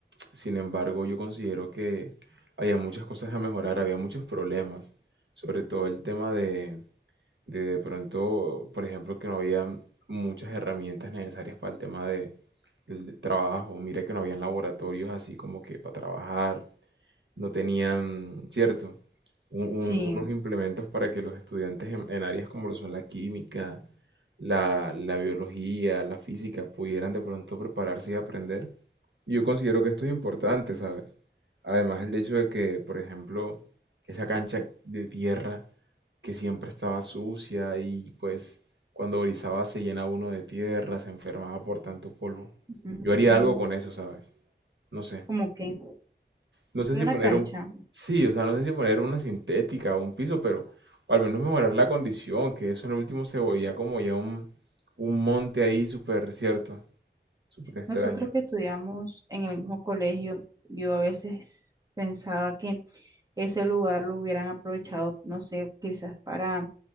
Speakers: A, on the right; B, on the right.
A: Sin embargo, yo considero que había muchas cosas a mejorar, había muchos problemas. Sobre todo el tema de de de pronto, por ejemplo, que no había muchas herramientas necesarias para el tema de, del trabajo. Mira que no habían laboratorios así como que para trabajar no tenían, cierto, Un-
B: Sí.
A: un- unos implementos para que los estudiantes en, en áreas como lo son la química, la, la biología, la física, pudieran de pronto prepararse y aprender. Yo considero que esto es importante, ¿sabes? Además, el hecho de que, por ejemplo, esa cancha de tierra que siempre estaba sucia y pues cuando brizaba se llenaba uno de tierra, se enfermaba por tanto polvo.
B: Mm,
A: Yo haría algo con eso, ¿sabes? No sé.
B: Como que,
A: No sé
B: como
A: si
B: una
A: poner
B: cancha.
A: un... Sí, o sea, no sé si poner una sintética o un piso, pero... O al menos mejorar la condición, que eso en el último se veía como ya un, un monte ahí súper cierto, súper extraño.
B: Nosotros que estudiamos en el mismo colegio, yo a veces pensaba que ese lugar lo hubieran aprovechado, no sé, quizás para